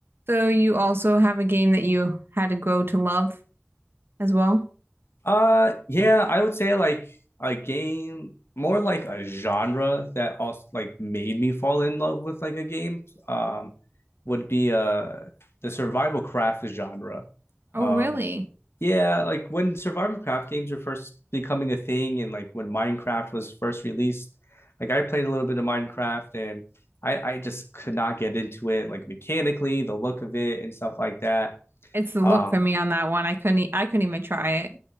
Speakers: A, on the right; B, on the left.
A: So you also have a game that you had to grow to love as well?
B: Uh, yeah, I would say like a game, more like a genre that also like made me fall in love with like a game, um, would be uh the survival craft genre.
A: Oh,
B: Um,
A: really?
B: yeah, like when survival craft games were first becoming a thing, and like when Minecraft was first released, like I played a little bit of Minecraft and I I just could not get into it, like mechanically, the look of it and stuff like that.
A: It's the look
B: Um,
A: for me on that one. I couldn't e- I couldn't even try it.